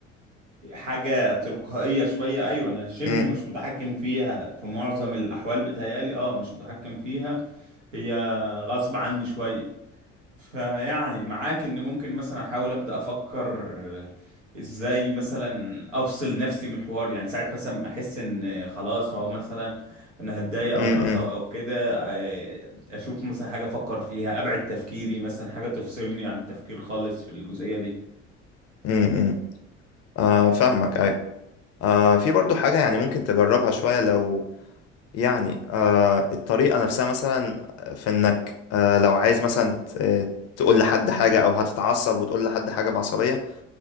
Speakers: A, on the right; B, on the left.
A: حاجة تلقائية شوية ايوه انا شبه
B: امم
A: مش متحكم فيها في معظم الاحوال بتهيالي اه مش متحكم فيها هي غصب عني شوية فيعني معاك ان ممكن مثلا احاول ابدا افكر ازاي مثلا افصل نفسي من الحوار يعني ساعه مثلا ما احس ان خلاص هو مثلا انا هتضايق
B: امم
A: او اتعصب او كده آه، اشوف مثلا حاجه افكر فيها ابعد تفكيري مثلا حاجه تفصلني عن التفكير خالص في الجزئيه دي
B: امم آه فاهمك أيوة آه في برضو حاجة يعني ممكن تجربها شوية لو يعني آه الطريقة نفسها مثلا في انك آه لو عايز مثلا ت- تقول لحد حاجة او هتتعصب وتقول لحد حاجة بعصبية